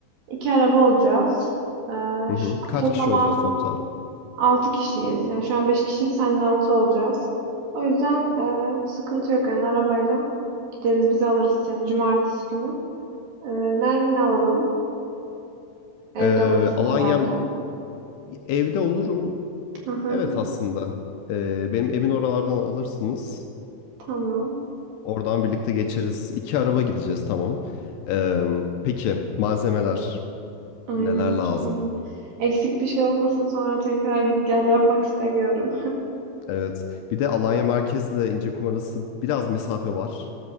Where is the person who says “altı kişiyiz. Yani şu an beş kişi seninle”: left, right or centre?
Right